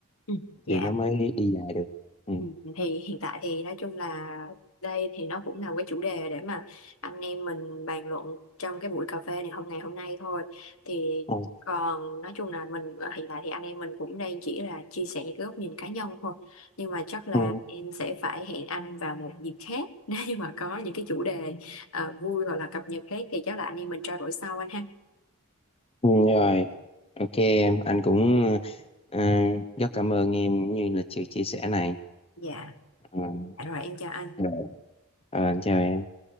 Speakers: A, on the left; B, on the left.
A: Ừ. Dạ
B: thì nó mới đi dài được ừ.
A: Ừ, thì hiện tại thì nói chung là đây thì nó cũng là một cái chủ đề để mà anh em mình bàn luận trong cái buổi cà phê này hôm ngày hôm nay thôi thì
B: Ừ.
A: còn nói chung là mình ờ, hiện tại thì anh em mình cũng đang chỉ là chia sẻ những cái góc nhìn cá nhân thôi nhưng mà chắc là
B: Ừ.
A: em sẽ phải hẹn anh vào một dịp khác <laughs> nếu như mà có những cái chủ đề à, vui hoặc là cập nhật khác thì chắc là anh em mình trao đổi sau anh ha
B: Ừ, rồi ok em anh cũng ờ, rất cảm ơn em cũng như là sự chia sẻ này
A: dạ
B: ừ.
A: dạ rồi em chào anh
B: rồi Ờ, anh chào em